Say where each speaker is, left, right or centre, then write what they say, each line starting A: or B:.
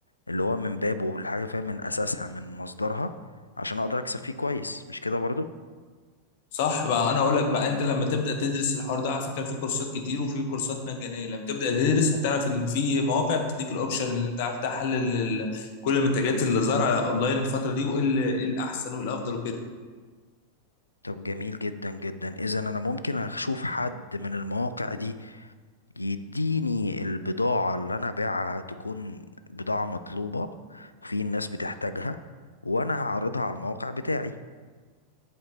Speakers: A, on the left; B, on the left.
A: اللي هو من بابه الحاجه فاهم من اساسها من مصدرها عشان اقدر اكسب فيه كويس مش كده برضو
B: صح بقى انا اقول لك بقى انت لما تبدا تدرس الحوار ده على فكره في كورسات كتير وفي كورسات مجانيه لما تبدا تدرس هتعرف ان في مواقع بتديك الاوبشن اللي انت عارف تحلل ال- كل المنتجات اللي ظاهره على اونلاين الفتره دي وايه ال- إيه الاحسن وايه الافضل وكده
A: طب جميل جدا جدا اذا انا ممكن اشوف حد من المواقع دي يديني البضاعه اللي انا باعها تكون بضاعه مطلوبه وفي الناس بتحتاجها وانا هعرضها على الموقع بتاعي